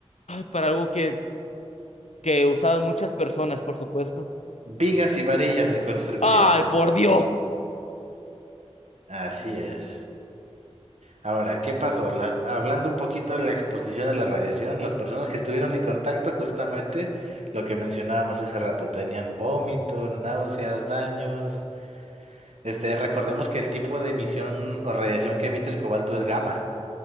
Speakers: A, on the left; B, on the right.
A: para algo que que usaron muchas personas, por supuesto.
B: Vigas y varillas de construcción.
A: ¡Ay, por Dios!
B: Así es. Ahora, ¿qué pasó? La- hablando un poquito de la exposición de la radiación, las personas que estuvieron en contacto, justamente lo que mencionábamos hace rato, tenían vómito, náuseas, daños. Este, recordemos que el tipo de emisión o radiación que emite el cobalto es gamma,